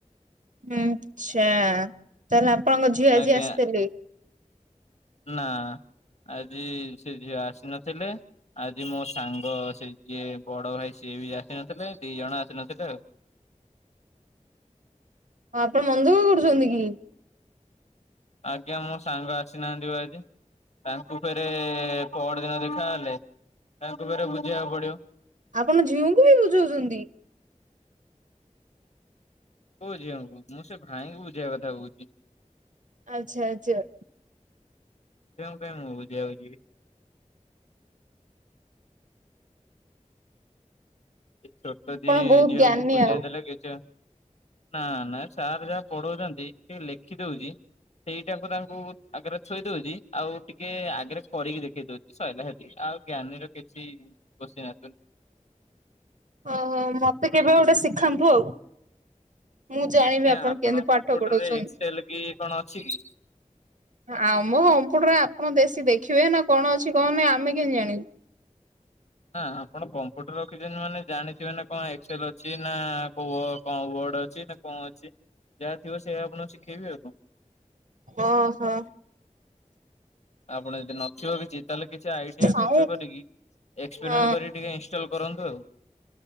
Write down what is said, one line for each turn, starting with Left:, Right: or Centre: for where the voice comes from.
Right: ହୁଁ ଆଛା ତାହେଲେ ଆପଣଙ୍କ ଝିଅ ଆଜି
Left: ଆଜ୍ଞା
Right: ଆସିଥିଲେ?
Left: ନା ଆଜି ସେ ଝିଅ ଆସିନଥିଲେ। ଆଜି ମୋ ସାଙ୍ଗ ସେ ଯିଏ ବଡ ଭାଇ ସିଏ ବି ଆସିନଥିଲେ ଦି ଜଣ ଆସିନଥିଲେ ଆଉ।
Right: ହଁ ଆପଣ ମନ ଦୁଃଖ କରୁଛନ୍ତି କି?
Left: ଆଜ୍ଞା ମୋ ସାଙ୍ଗ ଆସିନାହାନ୍ତି ପା ଆଜି। ତାଙ୍କୁ ଫେରେ ପହରଦିନ ଦେଖାହେଲେ ତାଙ୍କୁ ଫେରେ ବୁଝେଇବାକୁ ପଡିବ।
Right: ଆପଣ ଝିଅଙ୍କୁ ବି ବୁଝଉଛନ୍ତି?
Left: କୋଉ ଝିଅଙ୍କୁ ମୁଁ ସେ ଭାଇଙ୍କୁ ବୁଝେଇବା କଥା କହୁଛି।
Right: ଆଚ୍ଛା ଆଚ୍ଛା।
Left: ଝିଅଙ୍କୁ କାଇଁ ମୁଁ ବୁଝେଇବାକୁୁ ଯିବି। ଛୋଟ ଦି
Right: ଆପଣ ବହୁତ
Left: ଝିଅଙ୍କୁ
Right: ଜ୍ଞାନୀ
Left: ବୁଝେଇ
Right: ଆଉ।
Left: ଦେଲେ କିଛି ନା ନା ସାର୍ ଯାହା ପଢଉଛନ୍ତି ଟିକେ ଲେଖି ଦଉଛି। ସେଇଟାଙ୍କୁ ତାଙ୍କୁ ଆଗରେ ଥୋଇ ଦଉଛି ଆଉ ଟିକେ ଆଗରେ କରିକି ଦେଖେଇ ଦଉଛି। ସରିଲା ହେତିକି ଆଉ ଜ୍ଞାନୀର କିଛି ଖୁସି ନଥୁନ
Right: ଓହୋ ମତେ କେବେ ଗୋଟେ ଶିଖାନ୍ତୁ ଆଉ। ମୁଁ ଜାଣିବି
Left: ଆଜ୍ଞା
Right: ଆପଣ କେମିତି ପାଠ
Left: କମ୍ପ୍ୟୁଟରରେ
Right: ପଢଉଛନ୍ତି।
Left: ଏକ୍ସେଲ କି କଣ ଅଛି କି
Right: ଆମ କମ୍ପୁଟରେ ଆପଣ ଦେଶୀ ଦେଖିବେ ନା କଣ ଅଛି କଣ ନାହିଁ ଆମେ କେମିତି ଜାଣିବୁ।
Left: ନା ଆପଣ କମ୍ପ୍ୟୁଟର ରଖିଛନ୍ତି ମାନେ ଜାଣିଥିବେ ନା କଣ ଏକ୍ସେଲ୍ ଅଛି ନା କୋଉ କଣ ୱାର୍ଡ଼ ଅଛି କଣ ଅଛି ଯାହାଥିବ ସେଇା ଆପଣ ଶିଖେଇବି ଆଉ କଣ।
Right: ଓହୋ।
Left: ଆପଣ ଯଦି ନଥିବ କିଛି ତାହେଲେ କିଛି ଆଇଡିଆ ଖର୍ଚ୍ଚ
Right: ଆଉ
Left: କରିକି ଏକ୍ସପେରିମେଣ୍ଟ
Right: ହଁ
Left: କରି ଟିକେ ଇନଷ୍ଟଲ କରନ୍ତୁ ଆଉ।